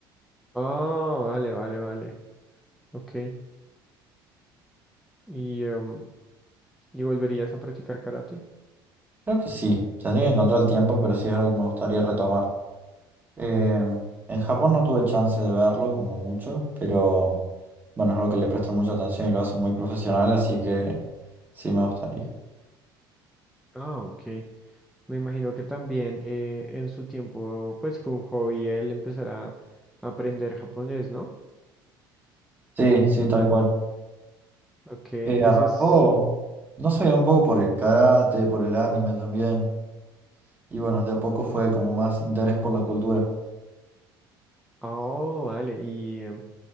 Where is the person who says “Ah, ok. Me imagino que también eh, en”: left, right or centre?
Centre